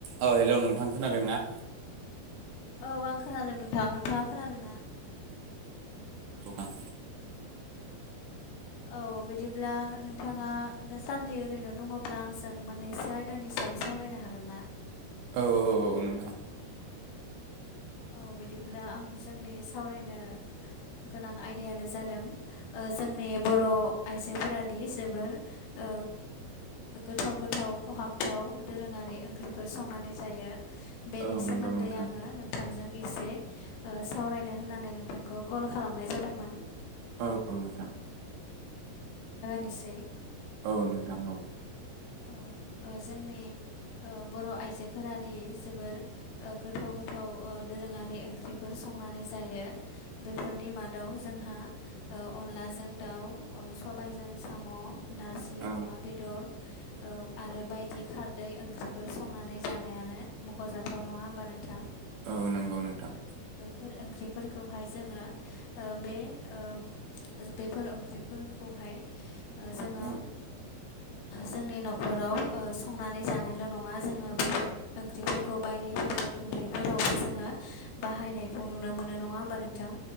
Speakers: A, on the right (about 80°); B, on the left (about 85°).
A: औ हेल' नोंथां खोनादों ना?
B: औ आं खोनादों नोंथां नोंथाङा खोनादों ना?
A: दङ
B: औ बिदिब्ला नोंथाङा दासान्दि ओरैनो दङब्ला आंजों मोननैसो आयदानि सायाव सावरायनो हागोन ना
A: औ औ औ नोंथां
B: औ बिदिब्ला आं जोंनि सावरायनो गोनां आयदायानो जादों ओ जोंनि बर' आइजोफोरादि जोबोर ओ गोथाव गोथाव खहाबथाव दोरोङारि ओंख्रिफोर संनानै जायो बेनि
A: औ
B: सोमोन्दै
A: नंगौ नोंथां
B: आङो नों जों एसे सावरायनो होननानै नोंथांखौ कल खालामनाय जादोंमोन
A: औ नोंथां।
B: निसै
A: औ नोंथां औ
B: औ ओ जोंनि ओ बर' आइजोफोरादि जोबोर ओ गोथाव-गोथाव ओ दोरोङारि ओंख्रिफोर संनानै जायो बेफोरनि मादाव जोंहा ओ अनलाजों दाउ ओ सबायजों साम' नारजि
A: औ
B: अमा बेदर ओ आरो बायदि खारदै ओंख्रिफोर संनानै जानायानो मख'जाथाव नङा होमबा नोंथां
A: औ नंगौ नोंथां
B: फोर ओंख्रिफोरखौहाय जोङो ओ बे ओ बेफोर ओंख्रिफोरखौहाय ओ जोङो
A: औ
B: जोंनि न'खराव ओ संनानै जानायल' नङा जोङो बेफोर ओंख्रिफोरखौ बायदि फोरबो खुंथयफोरावबो जोङो बाहायनायखौ नुनो मोनो नङा होमबा नों नोंथां